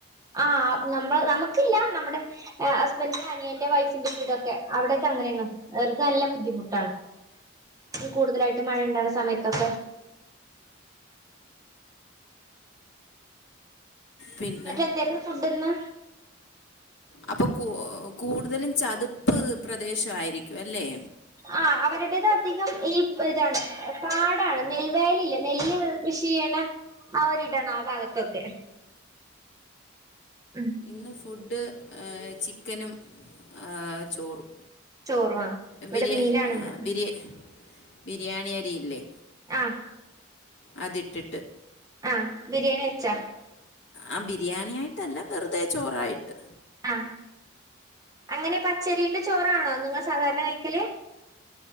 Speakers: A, on the right; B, on the left.
A: ആഹ് നമ്മൾ നമുക്കില്ല നമ്മുടെ ഹസ്ബൻന്റിന്റെ അനിയന്റെ വൈഫിന്റെ വീടൊക്കെ അവിടെക്കെ അങ്ങന യാണ് അവർക്ക് നല്ല ബുദ്ധിമുട്ടാണ് കൂടുതലായിട്ട് മഴ ഉണ്ടണ സമയത്തൊക്കെ
B: പിന്നെ
A: എന്നിട്ട് എന്തേരുന്നു ഫുഡ് ഇന്ന്
B: അപ്പൊ കൂ കൂടുതലും ചതുപ്പ് പ്രദേശായിരിക്കും അല്ലേ
A: ആ അവരുടേത് അധികം ഈ ഇതാണ് പാടാണ് നെൽവയലില്ലേ നെല്ല് കൃഷി ചെയ്യണെ ആ ഒരിടാണ്. ആ ഭാഗത്തൊക്കെ. ഉം
B: ഇന്ന് ഫുഡ് ചിക്കനും ആ ചോറും.
A: ചോറു ആ ഇവിടെ
B: ബിരിയ
A: മീനാണിന്ന്.
B: ബിരിയ ബിരിയാണി അരിയില്ലേ
A: ആഹ്
B: അതിട്ടിട്ട്.
A: ആഹഹ് ബിരിയാണി വെച്ചാ
B: ആഹ് ബിരിയാണിയായിട്ടല്ല. വെറുതെ ചോറായിട്ട്.
A: ആഹ് അങ്ങനെ പച്ചരിണ്ട് ചോറാണോ നിങ്ങ സാധാരണ കഴിക്കല്.